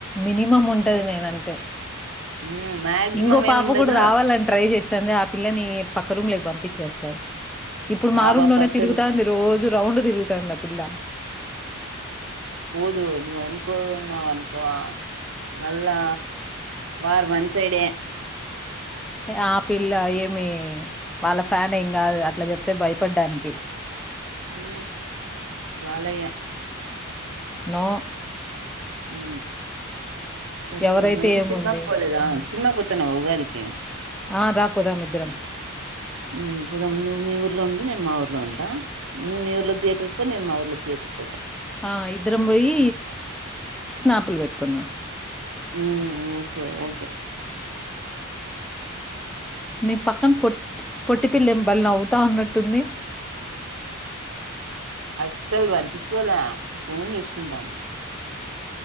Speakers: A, in the centre; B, on the right.
A: మినిమం ఉంటది నేనంటే
B: హ్మ్. మాక్సిమం
A: ఇంకో పాప
B: ఏముండదు.
A: కూడా రావాలని ట్రై చేస్తంది ఆ పిల్లని పక్క రూమ్ లేకి పంపించేస్తాను ఇప్పుడు మారుూమ్
B: ఆ పాప
A: లోనే
B: అస్సలు
A: తిరుగుతాంది రోజు రౌండ్ తిరుగుతాంది ఆ పిల్ల
B: అ నువ్వు అనుకోన్నావ అనుకోవా మళ్ళా వారు వన్ సైడే
A: ఆ పిల్ల ఏమి వాళ్ళ ఫ్యాన్ ఏం కాదు అట్లా చెప్తే భయపడ్డానికి
B: ఉ బాలయ్య
A: నో
B: హు సరే
A: ఎవరైతే
B: లేమా ఏం
A: ఏముంది
B: సినిమా పోలేదా సినిమా పోతానవవా ఉగాది కి
A: ఆ రా పోదాం ఇద్దరం
B: హు పోదాం నువ్వు మీ ఊర్లో ఉండు నేను మా ఊర్లో ఉంటా నువ్వు మీ ఊర్లో థయేటర్ పో నేను మా ఊళలో థయేటర్ పో
A: ఆ ఇద్దరం పోయి స్నాపులు పెట్టుకు కుందాం
B: ఊ ఓకే ఓకే
A: నీ పక్కన పొట్ పొట్టి పిల్ల ఏం భలే నవ్వుతా అన్నట్టుంది
B: అస్సలు పట్టించుకోలే ఫోన్ చూసుకుంటాది